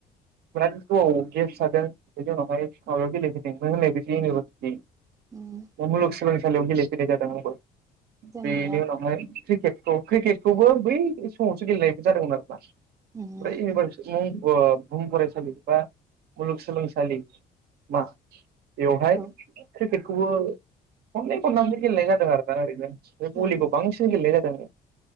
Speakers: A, on the right (about 70°); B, on the right (about 20°).
A: बिराद गोबाव गेब्स थादों। बेनि उनावहाय माबायाव गेलेदों। जनो होननाय बे इउनिभारसिटि
B: उम
A: मुलुगसोलोंसालियाव गेलेफोनाय जादों आबो
B: जोंनिया
A: बेनि उनावहाय क्रिकेटखौ क्रिकेट थेवबो बै समावसो गेलेनाय जादोंमोन आरोना
B: उम
A: बै इउनिभारसिटि आवसो मुं बुहुम फरायसालि बा मुलुगोलोंसालि खालि मा बेवहाय
B: औ
A: क्रिकेट <unintelligible> खननै खनथाम सो गेलेनाय जादों आरो ओरैहाय बे
B: औ
A: बलिखौ
B: औ
A: बांसिन गेलेनाय जादों दङ